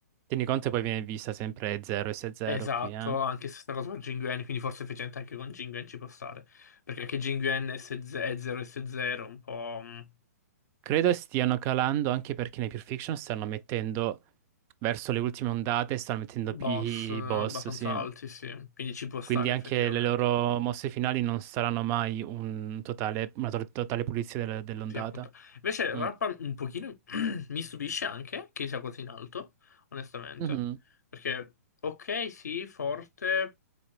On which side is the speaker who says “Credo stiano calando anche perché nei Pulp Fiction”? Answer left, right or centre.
Right